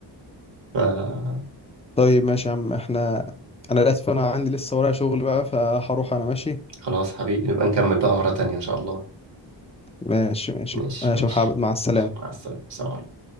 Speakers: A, on the right (about 75°); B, on the left (about 15°).
A: آه
B: طيب ماشي يا عم احنا انا للاسف انا عندي لسه ورايا شغل بقى فهروح انا ماشي
A: خلاص حبيبي نبقى نكمل بقى مرة تانية ان شاء الله
B: ماشي ماشي
A: ماشي
B: ماشي
A: ماشي
B: يا محمد مع السلامة
A: مع السلامة سلام عليكم.